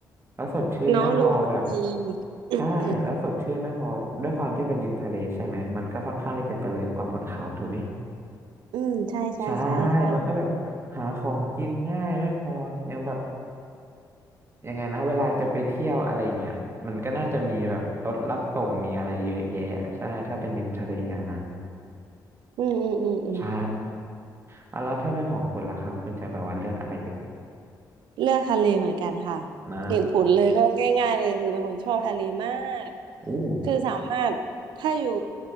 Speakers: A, on the right (about 35°); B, on the right (about 80°).
A: แล้วสดชื่นไม่พอแบบ
B: เนาะลมมันดี <coughs> อืม
A: ใช่แล้วสดชื่นไม่พอด้วยความที่เป็นริมทะเลใช่ไหมมันก็ค่อนข้างที่จะเจริญกว่าบนเขาถูกไหม
B: อืมใช่ใช่ใช่ใช่
A: ใช่มันก็แบบหาของกินง่ายไม่พอยังแบบ ยังไงนะเวลาจะไปเที่ยวอะไรเงี้ยมันก็น่าจะมีแบบรถรับส่งมีอะไรเยอะแยะใช่ถ้าเป็นริมทะเลอะนะ
B: อืมอืมอืมอืม
A: ใช่เอาแล้วถ้าเป็นของคุณล่ะครับคุณจะแบบว่าเลือกอะไรเอ่ย
B: เลือกทะเลเหมือนกันค่ะ
A: นะ
B: เหตุผลเลยก็ง่ายๆเลยคือเป็นคนชอบทะเลมาก
A: อู้
B: คือสามารถถ้าอยู่